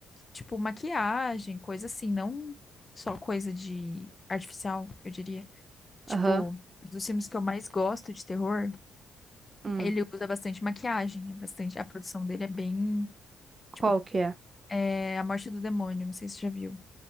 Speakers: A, on the left (about 25°); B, on the right (about 30°).
A: tipo maquiagem, coisa assim, não só coisa de artificial, eu diria. Tipo,
B: Aham.
A: dos filmes que eu mais gosto de terror,
B: Hum,
A: ele usa bastante maquiagem, é bastante, a produção dele é bem,
B: qual
A: tipo,
B: que é?
A: é, A Morte do Demônio, não sei se você já viu.